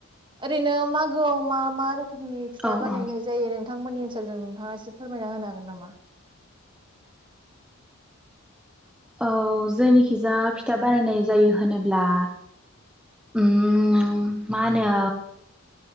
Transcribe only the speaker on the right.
ओरैनो मागो आव मा मा रो खोमनि फिथा
बानायनाय
जायो नों नोंथांमोननि ओनसोलजों नोंथाङा एसे फोरमायना होनो हागोन नामा?